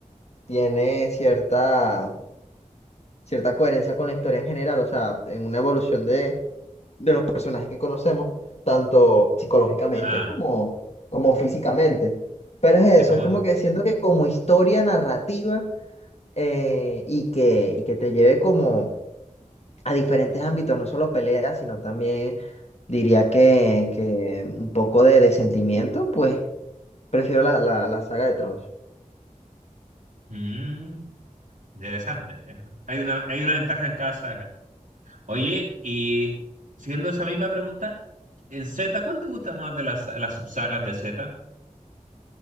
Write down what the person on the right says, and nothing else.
Ah,
sí, es
como...
mm, interesante. sí, ¿no? Hay una, hay una ventaja en cada saga. Oye, y siguiendo esa misma pregunta, en Z, ¿cuál te gusta más de las, las subsagas de Z?